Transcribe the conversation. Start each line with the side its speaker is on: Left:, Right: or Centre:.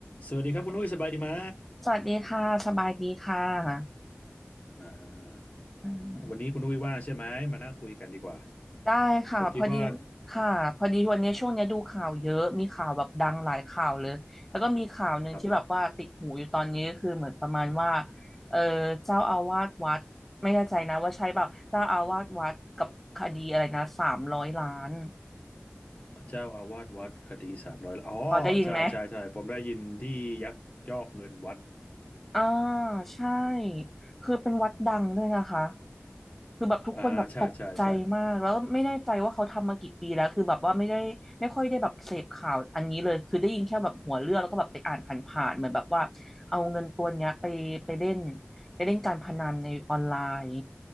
Left: สวัสดีครับคุณอุ้ยสบายดีไหม
Centre: สวัสดีค่ะสบายดีค่ะ
Left: อ่า
Centre: อ่า
Left: วันนี้คุณอุ้ยว่างใช่ไหม มานั่งคุยกันดีกว่า
Centre: ได้ค่ะพอดี
Left: ผมคิดว่า
Centre: ค่ะพอดีวันนี้ช่วงเนี้ยดูข่าวเยอะมีข่าวแบบดังหลายข่าวเลยแล้วก็มีข่าวหนึ่งที่แบบว่าติดหูอยู่ตอนนี้ก็คือเหมือนประมาณว่า
Left: กับ
Centre: เออเจ้าอาวาสวัดไม่แน่ใจนะว่าใช่เปล่าเจ้าอาวาสวัดกับคดีอะไรนะสามร้อยล้าน
Left: เจ้าอาวาสวัดคดีสามร้อยอ๋อ
Centre: พอได้ยินไหม
Left: ใช่ใช่ใช่ผมได้ยินที่ยักยอกเงินวัด
Centre: อ่าใช่คือเป็นวัดดังด้วยนะคะคือแบบทุกคนแบบตกใจมากแล้วไม่แน่ใจว่าเขาทำมากี่ปีแล้วคือแบบว่าไม่ได้ไม่ค่อยได้แบบเสพข่าวอันนี้เลยคือได้ยินแค่แบบหัวเรื่องแล้วก็แบบไปอ่านผ่านๆเหมือนแบบว่าเอาเงินตัวเนี้ยไปไปเล่น
Left: อ่าใช่ใช่ใช่
Centre: ไปเล่นการพนันในออนไลน์